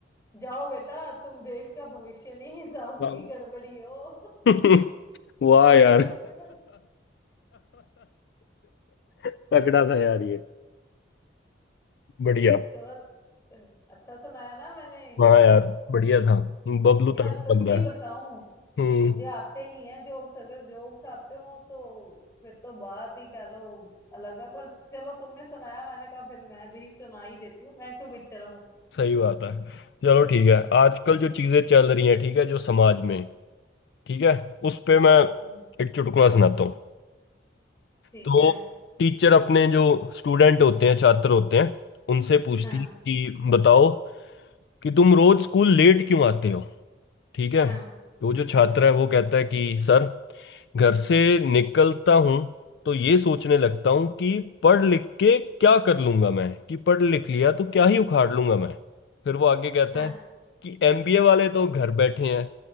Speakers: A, on the left; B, on the left.
A: जाओ बेटा तुम देश का भविष्य नहीं हिसाब
B: हम्म
A: की गड़बड़ी
B: <laughs>
A: हो
B: <laughs> वाह यार
A: <laughs>
B: तगड़ा था यार ये बढ़िया
A: चलो अच्छा सुनाया ना मैंने
B: हाँ यार बढ़िया था बबलू
A: यार
B: तगड़ा
A: सच्ची
B: बंदा है
A: बताऊं
B: हम्म
A: मुझे आते नहीं है जोक्स अगर जोक्स आते हो तो फिर तो बात ही कह लो अलग है पर चलो तुमने सुनाया मैंने कहा फिर मैं भी सुना ही देती हूँ मैं क्यों पीछे रहूं
B: सही बात है चलो ठीक है आजकल जो चीजें चल रही हैं ठीक है जो समाज में ठीक है उस पे मैं
A: हम्म,
B: एक चुटकुला सुनाता हूँ
A: ठीक
B: तो
A: है
B: टीचर अपने जो स्टूडेंट होते हैं छात्र होते हैं उनसे पूछती
A: हाँ
B: है कि बताओ कि तुम रोज स्कूल लेट क्यों आते हो ठीक है
A: हाँ
B: तो जो छात्र है वो कहता है कि सर घर से निकलता हूं तो ये सोचने लगता हूं कि पढ़ लिख के क्या कर लूंगा मैं कि पढ़ लिख लिया तो क्या ही उखाड़ लूंगा मैं फिर वो आगे कहता
A: हाँ
B: है कि एमबीए वाले तो घर बैठे हैं